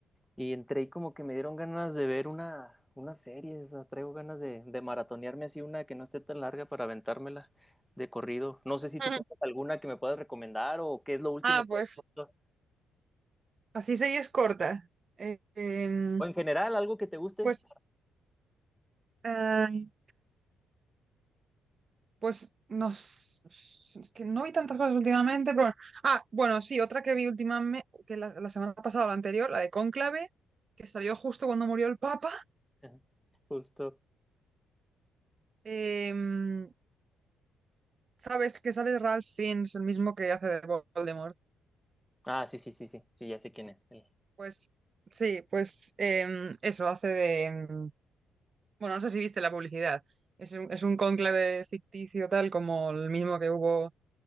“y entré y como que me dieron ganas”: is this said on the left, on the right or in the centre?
Centre